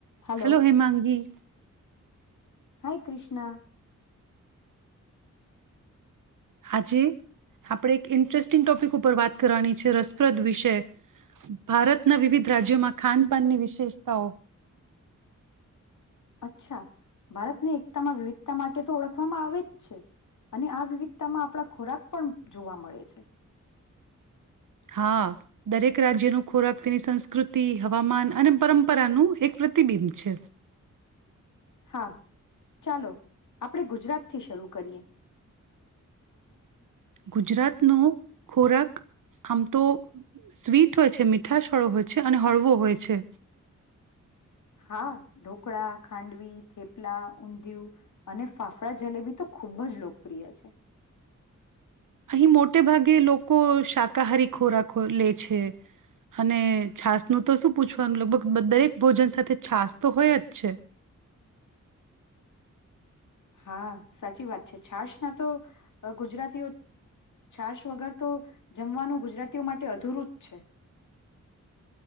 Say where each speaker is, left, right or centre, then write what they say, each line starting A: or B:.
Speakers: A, on the left; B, on the right.
A: Hello
B: hello Hemangi.
A: Hi Krishna.
B: આજે આપણે એક ઇન્ટરેસ્ટિંગ ટોપિક ઉપર વાત કરવાની છે રસપ્રદ વિશે, ભારતના વિવિધ રાજ્યોમાં ખાનપાનની વિશેષતાઓ.
A: અચ્છા ભારતને એકતામાં વિવિધતા માટે તો ઓળખવામાં આવે જ છે, અને આ વિવિધતામાં આપણા ખોરાક પણ જોવા મળે છે.
B: હા દરેક રાજ્યનું ખોરાક તેની સંસ્કૃતિ હવામાન અને પરંપરાનું એક પ્રતિબિંબ છે.
A: હા ચાલો આપડે ગુજરાતથી શરૂ કરીએ.
B: ગુજરાતનો ખોરાક આમ તો સ્વીટ હોય છે મીઠાશળો હોય છે અને હળવો હોય છે.
A: હા, ઢોકળા, ખાંડવી, થેપલા, ઊંધિયું અને ફાફડા જલેબી તો ખુબ જ લોકપ્રિય છે.
B: અહીં મોટે ભાગે લોકો શાકાહારી ખોરાક લે છે, અને છાસનું તો શું પૂછવાનું લગભગ દરેક ભોજન સાથે છાસ તો હોય જ છે.
A: હા સાચી વાત છે છાશ ના તો, ગુજરાતીઓ છાશ વગર તો જમવાનું ગુજરાતીઓ માટે અધુર જ છે.